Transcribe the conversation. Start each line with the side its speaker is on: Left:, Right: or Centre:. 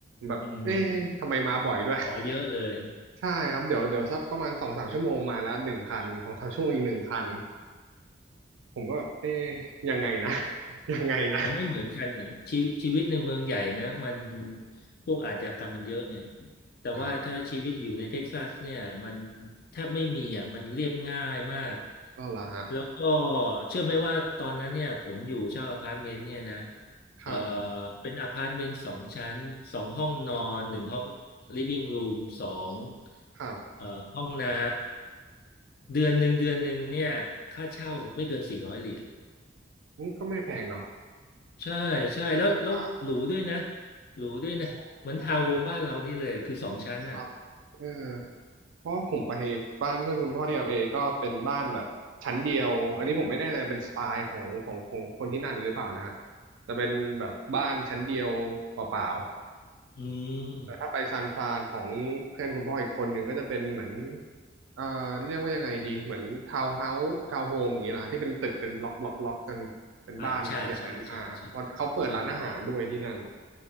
Right: แบบเอ๊ะทำไมมาบ่อยด้วย
Left: อืม
Right: <laughs>
Left: ขอเยอะเลย
Right: ใช่ครับเดี๋ยวเดี๋ยวสักประมาณสองสามชั่วโมงมาแล้วหนึ่งคันสองสามชั่วโมงอีกหนึ่งคันผมก็แบบเอ๊ะยังไงนะ <laughs> ยังไงนะ
Left: มันไม่เหมือนกันอ่ะชีวิตชีวิตในเมืองใหญ่นะมันพวกอาชญากรรมมันเยอะไงแต่ว่าถ้าชีวิตอยู่ในเท็กซัสเนี่ยมัน
Right: อ่า
Left: แทบไม่มีอ่ะมันเรียบง่ายมาก
Right: ก็เหรอฮะ
Left: แล้วก็เชื่อไหมว่าตอนนั้นเนี่ยผมอยู่เช่าอพาร์ตเมนต์เนี่ยนะเอ่อ
Right: ครับ
Left: เป็นอพาร์ตเมนต์สองชั้นสองห้องนอนหนึ่งห้องลิฟวิ่งรูมสอง
Right: ครับ
Left: เอ่อห้องน้ำเดือนหนึ่งเดือนหนึ่งเนี่ยค่าเช่าไม่เกินสี่ร้อยเหรียญ
Right: อืมก็ไม่แพงเนาะ
Left: ใช่ใช่แล้วแล้วหรูด้วยนะ
Right: ก็อยู่กลาง
Left: หรูด้วยนะเหมือนทาวน์โฮมบ้านเรานี่เลยคือสองชั้นน่ะ
Right: ๆ ครับเออเพราะผมไปบ้านเพื่อนคุณพ่อที่แอลเอก็เป็นบ้านแบบชั้นเดียวอันนี้ผมไม่แน่ใจเป็นสไตล์ของของของคนที่นั่นหรือเปล่านะฮะจะเป็นแบบบ้านชั้นเดียวเปล่า
Left: อืม
Right: ๆแต่ถ้าไปซานฟรานของเพื่อนคุณพ่ออีกคนหนึ่งก็จะเป็นเหมือนเอ่อเรียกว่ายังไงดีเหมือนทาวน์เฮาส์ทาวน์โฮมอย่างนี้เหรอฮะที่เป็นตึกเป็นบล็อกบล็อกบล็อกกันเป็นบ้านแบบอย่างนั้นอ่าเพราะเขาเปิดร้านอาหารด้วยที่นั่น
Left: อ่าใช่ใช่ใช่ใช่ใช่